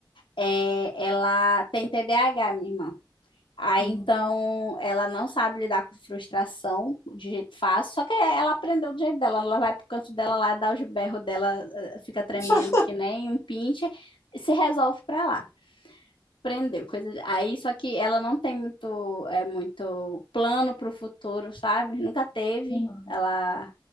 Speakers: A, on the left; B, on the left.
A: É, ela tem T D A H minha irmã. Aí
B: Uhum.
A: então ela não sabe lidar com frustração de jeito fácil, só que ela aprendeu do jeito dela. Ela vai pro canto dela lá, dá os berros dela, eh, fica tremendo
B: <laughs>
A: que nem um pinche, e se resolve pra lá. Aprendeu coisa. de- Aí só que ela não tem muito, é muito plano pro futuro, sabe? Nunca teve.
B: Uhum.
A: Ela